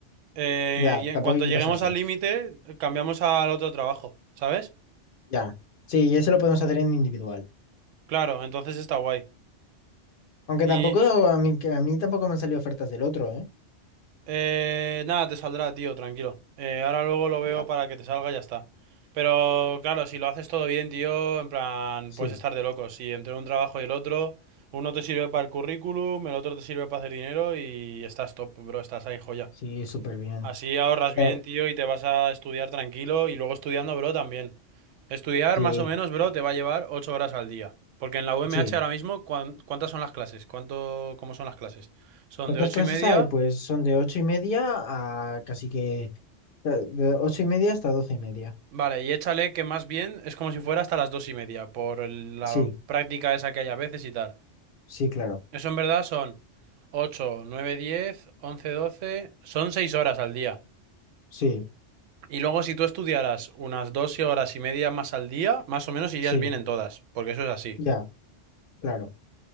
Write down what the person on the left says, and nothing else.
Ya,
tampoco
hay que
pasarse.
Ya. Sí, y eso lo podemos hacer en individual.
Aunque
tampoco, a mí, que a mí tampoco me han salido ofertas del otro, ¿eh?
Ya.
Sí,
sí, súper bien.
Eh,
sí,
sí.
¿Cuántas
clases
hay? Pues son de ocho y media a casi que... eh, De ocho y media hasta doce y media.
Sí,
sí, claro.
Sí,
sí,
ya, claro,